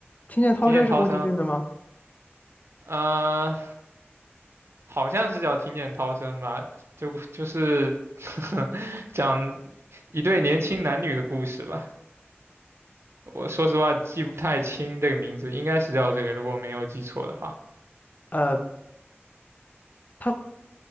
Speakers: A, on the left; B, on the right.
A: 听见涛声是宫崎骏的吗？
B: 听见涛声，呃，好像是叫听见涛声吧，就就是 <laughs> 讲一对年轻男女的故事吧。我说实话记不太清这个名字，应该是叫这个，如果没有记错的话。
A: 呃，他。